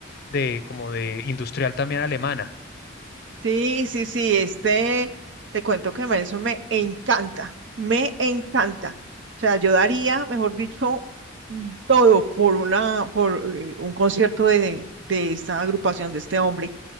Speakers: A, on the left; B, on the right.
A: de como de industrial también alemana.
B: Sí, sí, sí, este, te cuento que Nelson me encanta, me encanta. O sea, yo daría, mejor dicho, mm, todo por una, por eh, un concierto de, de esta agrupación, de este hombre.